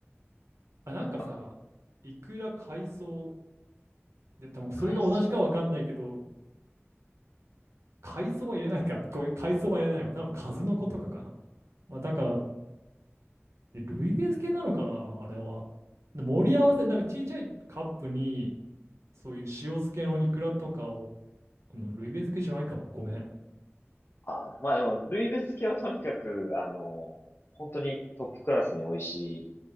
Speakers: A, on the right; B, on the left.
A: あ、なんかさ、
B: まあ
A: いくら海藻、で、多分それが同じかわかんないけど、
B: 海藻
A: 海藻は入れないか。ごめん、海藻は入れないわ。多分数の子とかかな。まあ、なんか、えルイベース系なのかな、あれは。で盛り合わせ、なんかちいちゃいカップに、そういう塩漬けのイクラとかを、うんルイベ漬けじゃないかも。ごめん。
B: あ、まあでも、ルイベ漬けはとにかく、あの、本当にトップクラスに美味しい